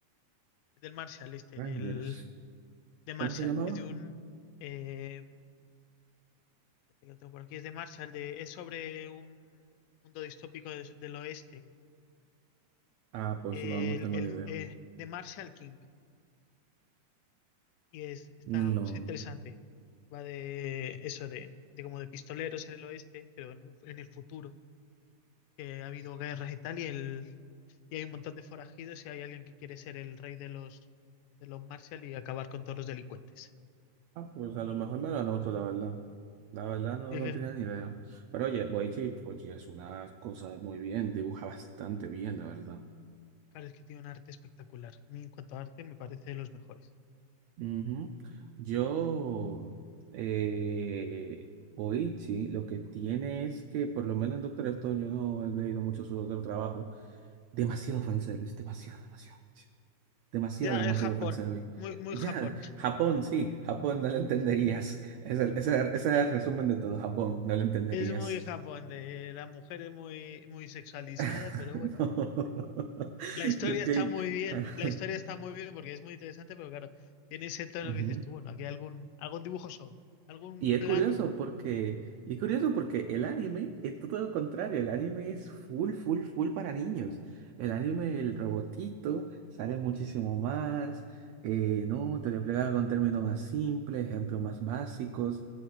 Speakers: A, on the left (about 85°); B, on the right (about 85°).
A: el del Marshall, este,
B: Rangers.
A: del, de Marshall.
B: ¿Cómo se llamaba?
A: Es de un. eh, Este que lo tengo por aquí, es de Marshall, de, es sobre un mundo distópico des- del oeste,
B: Ah, pues
A: el,
B: no, no tengo
A: el-
B: ni idea.
A: eh, de Marshall King, y es, está,
B: No.
A: o sea, interesante. Va de eso, de, de como de pistoleros en el oeste, pero en, un- en el futuro, que ha habido guerras y tal, y, el, y hay un montón de forajidos y hay alguien que quiere ser el rey de los, de los Marshall y acabar con todos los delincuentes.
B: Ah, pues a lo mejor me lo anoto, la verdad. La verdad no,
A: Y es
B: no
A: que,
B: tenía ni idea. Pero oye, Boichi, Boichi es una cosa muy bien, dibuja bastante bien, la verdad.
A: claro, es que tiene un arte espectacular. A mí en cuanto a arte me parece de los mejores.
B: Ujú. Yo, eh, Boichi, lo que tiene es que, por lo menos en Doctor Stone, yo no he leído mucho su otro trabajo. Demasiado fanservice, demasiado, demasiado, demasiado,
A: Ya,
B: demasiado, demasiado
A: es Japón,
B: fanservice.
A: muy, muy
B: Ya,
A: Japón.
B: Japón, sí, Japón, no lo entenderías. Ese, ese, ese es el resumen de todo, Japón, no lo entenderías.
A: Es muy Japón, de la mujer es muy, muy sexualizada,
B: <laughs>
A: pero bueno,
B: No, <laughs>
A: la historia
B: es que
A: está muy bien,
B: <laughs>
A: la historia está muy bien porque es muy interesante, pero claro, tiene ese tono
B: Ujú.
A: que dices tú, bueno, aquí algún, algún dibujo sobra, algún
B: Y es
A: plano,
B: curioso porque y es curioso porque el anime es todo lo contrario, el anime es full full full para niños. El anime el robotito sale muchísimo más, eh, no, te lo explica con términos más simples, ejemplos más básicos.